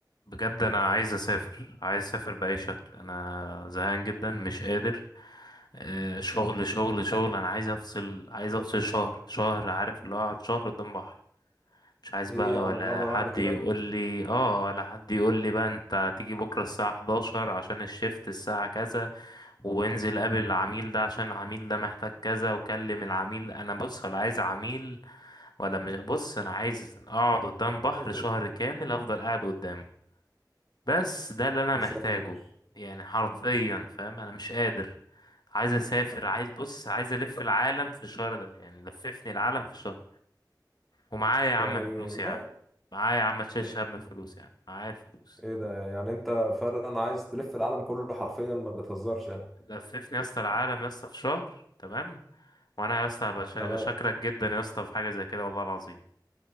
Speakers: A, on the left; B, in the centre.
A: بجد انا عايز اسافر عايز اسافر باي شكل انا زهقان جدا مش قادر آه، شغل شغل شغل انا عايز افصل عايز افصل شهر شهر عارف اللي هو اقعد شهر قدام بحر مش عايز
B: ايه
A: بقى
B: يا عم
A: ولا
B: مرة
A: حد
B: واحدة كده
A: يقول لي اه ولا حد يقول لي بقى انت هتيجي بكره الساعه 11 عشان الشيفت الساعه كذا وانزل قابل العميل ده عشان العميل ده محتاج كذا وكلم العميل انا بص ولا عايز عميل ولا مش بص انا عايز اقعد قدام بحر
B: <laughs>
A: شهر كامل افضل قاعد قدامه بس ده اللي انا
B: يا
A: محتاجه
B: ساتر
A: يعني حرفيا فاهم انا مش قادر عايز اسافر عايز بص عايز الف العالم في الشهر ده يعني لففني العالم في الشهر ومعايا يا عم
B: يعني
A: فلوس
B: ما
A: يا عم معايا يا عم تشيل
B: ايه
A: هم فلوس يا عم معايا الفلوس
B: إيه ده يعني انت فعلا عايز تلف العالم كله حرفيا ما بتهزرش يعني
A: لففني يا اسطى العالم يا اسطى في شهر تمام وانا يا اسطى هبقى شا-
B: تمام
A: شاكرك جدا يا اسطى في حاجه زي كده والله العظيم